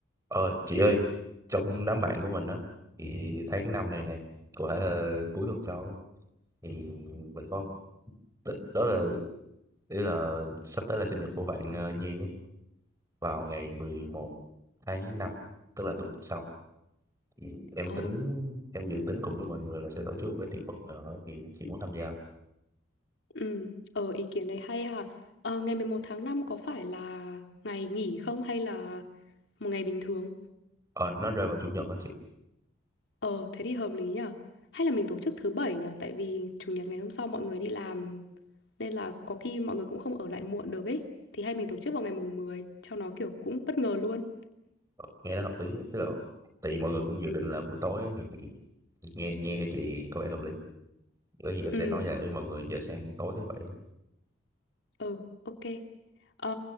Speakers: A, on the right; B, on the left.
A: Ờ, chị ơi, trong đám bạn của mình á, thì tháng năm này nè, có thể là cuối tuần sau á, thì mình có đ- đó là ý là sắp tới là sinh nhật của bạn ờ, Nhi á, vào ngày mười một tháng năm tức là tuần sau. Thì em
B: Ờ,
A: tính em dự tính cùng với mọi người là sẽ tổ chức một cái tiệc bất ngờ á, thì chị muốn tham gia.
B: ừ, ờ, ý kiến đấy hay ha. Ờ, ngày 11 tháng 5 có phải là ngày nghỉ không hay là một ngày bình thường?
A: Ờ, nó rơi vào chủ nhật á chị.
B: Ờ, thế thì hợp lý nhở. Hay là mình tổ chức thứ bảy nhở, tại vì chủ nhật ngày hôm sau mọi người đi làm nên là có khi mọi người cũng không ở lại muộn được ấy. Thì hay mình tổ chức vào ngày mùng 10 cho nó kiểu cũng bất ngờ luôn.
A: Ờ, nghe nó hợp lý, á. tức là tại vì mọi người cũng dự định là buổi tối á, thì nghe nghe chị có vẻ hợp lý. có gì em
B: Ừ,
A: sẽ nói lại với mọi người giờ sang tối thứ bảy
B: ừ, ok. Ờ,